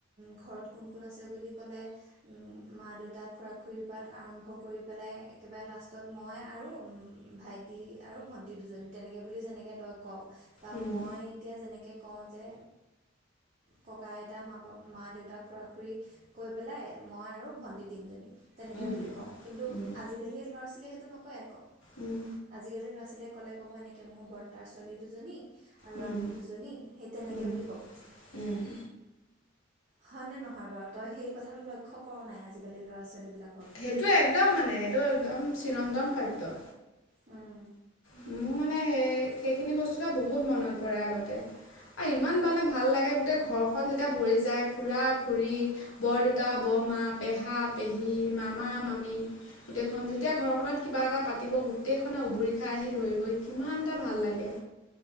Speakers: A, on the right; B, on the left.
A: ঘৰত কোন কোন আছে বুলি ক'লে? মা- দেউতাক, খুৰা -খুৰীৰ, পৰা আৰম্ভ কৰি পেলাই একেবাৰে লাষ্টত মই আৰু ভাইটি, আৰু ভণ্টি, দুজনী তেনেকৈ বুলি যেনেকৈ তই কওঁ। বা
B: উম
A: মই এতিয়া যেনেকৈ কওঁ যে ককা, -আইতা, মা -বাপ, মা- দেউতাক, খুৰা-খুৰী, কৈ পেলাই মই আৰু ভন্টি, তিনিজনী তেনেকৈ
B: উম
A: বুলি কওঁ কিন্তু
B: উম
A: আজি কালি ল'ৰা ছোৱালীয়ে সেইটো নকয় আকৌ
B: উম
A: আজি কালি ল'ৰা- ছোৱালীয়ে ক'লে ক'ব এনেকৈ মোৰ বৰদা, ছোৱালী দুজনী আৰু
B: উম
A: আমি দুজনী সেই তেনেকৈ
B: উম
A: বুলি ক'ব।
B: উম'
A: হয়নে নহয়। বাৰু তই সেই কথাটো লক্ষ্য কৰা নাই আজিকালি ল'ৰা- ছোৱালীবিলাক
B: সেইটো একদম মানে সেইটো একদম চিৰন্তনৰ সত্য।
A: উম'
B: মোৰ মানে সে সেইখিনি বস্তু এটা বহুত মনত পৰে আগতে আৰু ইমান মানে ভাল লাগে। গোটেই ঘৰখন যেতিয়া ভৰি যায়। খুৰা -খুৰী, বৰদেউতা, বৰমা, পেহা -পেহী, মামা- মামী গোটেইখন যেতিয়া ঘৰখনত, কিবা এটা পাতিব গোটেইখনে উবৰি খাই আহি ধৰিবই কিমান ভাল লাগে।